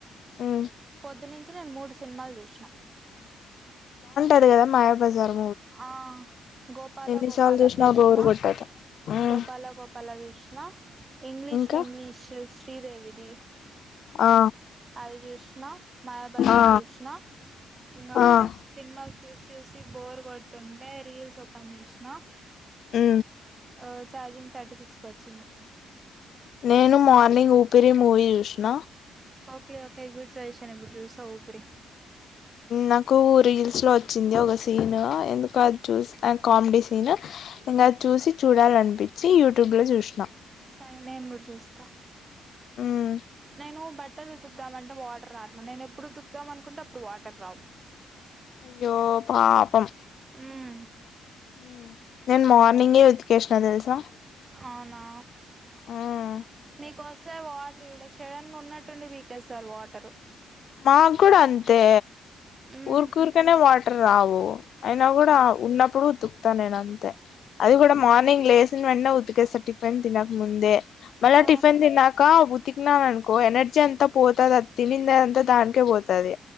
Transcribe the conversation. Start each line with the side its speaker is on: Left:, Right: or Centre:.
Left: ఉమ్
Right: పొద్దునిన్ నేను మూడు సినిమాలు చూసినాను
Left: అదే కదా మాయాబజారు
Right: ఆ గోపాల
Left: ఎన్నిసార్లు
Right: గోపాల
Left: చూసినా
Right: జూష్ణ
Left: బోరు కొట్టదు ఉమ్
Right: గోపాల గోపాల జూష్ణ ఇంగ్లీష్
Left: ఇంకా
Right: వింగ్లీష్ శ్రీదేవిది
Left: ఆ
Right: అఐ జ్యూష్ణ మాయాబజార్
Left: ఆ
Right: చ్యూష్ణ ఇంగా
Left: ఆ
Right: సినిమా చూసి చూసి బోర్ కొడుతుంటే రీల్స్ ఓపెన్ చేసినా
Left: ఉ
Right: ఆ ఛార్జింగ్ థర్టీ సిక్స్ కి వచ్చింది
Left: నేను మార్నింగ్ ఊపిరి మూవీ చూసిన
Right: ఓకే ఓకే గుడ్ సజెషన్ ఇప్పుడు చూస్తా ఊపిరి
Left: నాకు రీల్స్ లో వచ్చింది. ఒక సీను ఎందుకు అది చూసి కామెడీ సీను ఇంకా అది చూసి చూడాలనిపించి, యూట్యూబ్ లో చూసినా
Right: సరే నేను కూడా చూస్తా
Left: మ్మ్
Right: నేను బట్ ఉతుకుదామంటే వాటర్ రాట్లా. నేను ఎప్పుడు ఉతు తుకుదాం అనుకుంటే, అప్పుడు వాటర్ రావు.
Left: అయ్యో పాపం
Right: మ్మ్.
Left: ఊ నేను మార్నింగే ఉతికేసినా తెలుసా
Right: అవునా
Left: మ్మ్
Right: మీకోస్ సార్ వాటర్ ఇడ సడన్గా ఉన్నట్టుండి పీకే సార్ వాటర్
Left: మాకు కూడా అంతే
Right: ఉమ్
Left: ఉఊర్కుర్కనే వాటర్ రావు అయినా కూడా ఉన్నప్పుడు వద్దు త నేనంత అది కూడా మార్నింగ్ లేస్ వెన్న ఊతుకే సరిపోయింద్ తినక ముందే మళ్ల
Right: ఆ
Left: టిఫన్ తిన్నాక ఇంకా ఉతికినా అనుకో ఎనర్జీ అంత పోతది అది తినిండేది అంతా దానికే పోతది